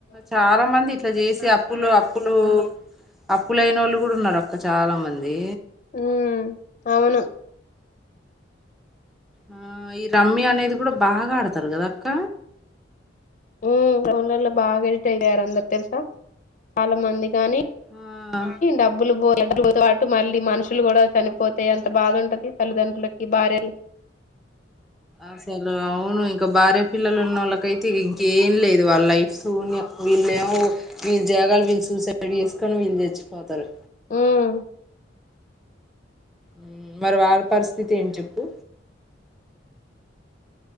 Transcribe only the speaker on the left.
ఉమ్ అవును
ఉమ్ ఫోన్లలో బాగా ఎడిట్ అయపోయారు అందరు తెలుసా చాలా మంది కానీ
డబ్బులు పో డబ్బులు పాటు మళ్ళీ మనుషులు కూడా చనిపోతే ఎంత బాధ ఉంటది తల్లిదండ్రులకి భార్య <inaudible>
ఉమ్